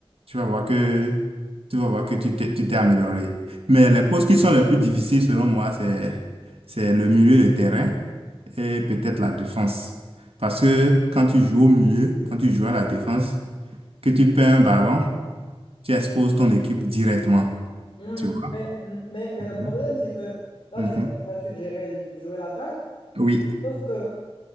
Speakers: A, on the right (about 75°); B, on the left (about 65°).
A: tu vas voir que tu vas voir que tu t'es tu t'es amélioré. Mais les postes qui sont les plus difficiles, selon moi, c'est, c'est le milieu de terrain et peut-être la défense. Parce que quand tu joues au milieu, quand tu joues à la défense, que tu perds un ballon, tu exposes ton équipe directement.
B: Hmm,
A: Tu vois?
B: mais, hmm, mais, mais
A: Mhm,
B: le problème, c'est que là,
A: mhm.
B: tu m'as tu m'as suggéré de de jouer l'attaque.
A: Oui,
B: Sauf que